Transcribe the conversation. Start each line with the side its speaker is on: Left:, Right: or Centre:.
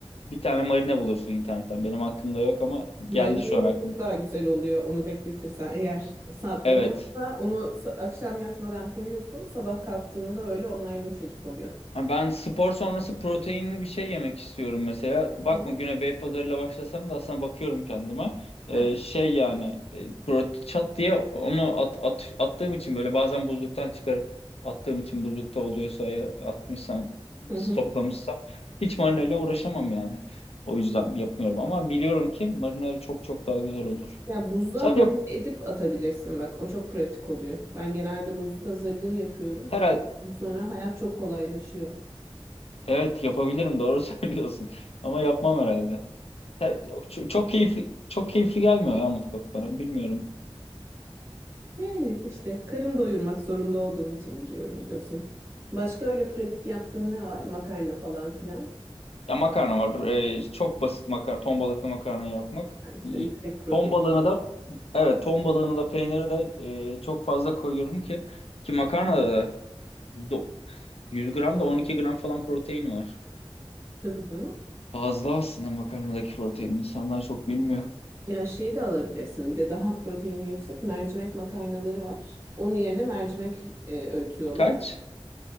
Left: bir tane marine bulursun internetten. Benim aklımda yok ama
Right: Marineyle
Left: geldi şu an aklıma.
Right: çok daha güzel oluyor onu bekletirsen. Eğer sabrın
Left: Evet.
Right: varsa onu sa- akşam yatmadan koyuyorsun. Sabah kalktığında böyle onlar yumuşacık oluyor.
Left: Ha, Ben spor sonrası proteinli bir şey yemek istiyorum mesela. Bakma
Right: Hı hı.
Left: güne Beypazarı'yla başlasam da aslında bakıyorum kendime. Ee,
Right: <laughs>
Left: şey yani e, prote çat diye onu at, at- attığım için böyle bazen buzluktan çıkarıp attığım için buzlukta oluyorsa eğer atmışsam
Right: Hı
Left: stoklamışsam
Right: hı.
Left: hiç marineyle uğraşamam yani. O yüzden yapmıyorum ama biliyorum ki marineyle çok çok daha güzel olur.
Right: Ya buzluğa
Left: Sadece
Right: marine edip atabilirsin bak. O çok pratik oluyor. Ben genelde buzluk hazırlığı yapıyorum.
Left: herhalde
Right: Ondan sonra hayat çok kolaylaşıyor.
Left: Evet yapabilirim doğru <laughs> söylüyorsun. Ama yapmam herhalde. Her, ço- çok, keyifli çok keyifli gelmiyor ya mutfak bana bilmiyorum.
Right: Yani işte karın doyurmak zorunda olduğum için giriyorum diyorsun. Başka öyle pratik yaptığın ne var? Makarna falan filan.
Left: Ya makarna var. Ee, çok basit makarna. Ton balıklı makarna yapmak.
Right: Ha işte
Left: İyi.
Right: yüksek protein.
Left: Ton balığını da evet ton balığını da peyniri de e, çok fazla koyuyorum ki ki makarnada da yüzde- 100 gram da 12 gram falan protein var.
Right: Tabii canım.
Left: Fazla aslında makarnadaki protein. İnsanlar çok bilmiyor.
Right: Ya şeyi de alabilirsin. Bir de daha proteini yüksek mercimek makarnaları var. Onun yerine mercimek e, öğütüyorlar.
Left: Kaç?